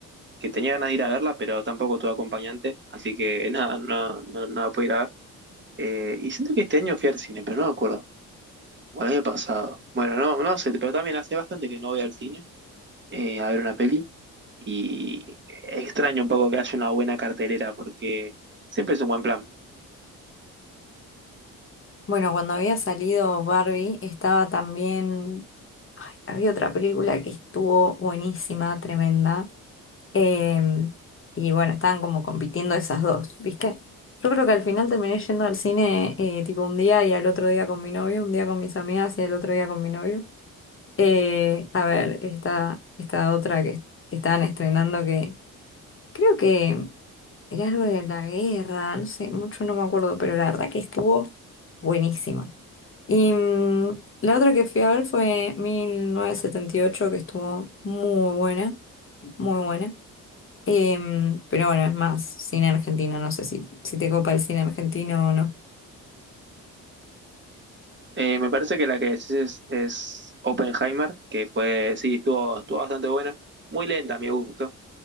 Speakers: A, on the right; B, on the left.
A: Que tenía ganas de ir a verla, pero tampoco tuve acompañante, así que <laughs> nada, no, no, no la pude ir a ver. Eh, y siento que este año fui al cine, pero no me acuerdo. O el año pasado. Bueno, no, no sé, pero también hace bastante que no voy al cine eh, a ver una peli. Y extraño un poco que haya una buena cartelera, porque siempre es un buen plan.
B: Bueno, cuando había salido Barbie, estaba también, ay, había otra película que estuvo buenísima, tremenda. em, y bueno, estaban como compitiendo esas dos, ¿viste? Yo creo que al final terminé yendo al cine eh, tipo un día y al otro día con mi novio, un día con mis amigas y al otro día con mi novio. Eh, a ver, esta, esta otra que, que estaban estrenando que creo que... Era algo de la guerra, no sé, mucho no me acuerdo, pero la verdad que estuvo buenísima. Y mm, la otra que fui a ver fue 1978 que estuvo muy buena, muy buena. Em, pero bueno, es más cine argentino, no sé si, si te copa el cine argentino o no. <laughs>
A: Eh, me parece que la que decís es, es Oppenheimer, que fue, sí, estuvo, estuvo bastante buena, muy lenta a mi gusto.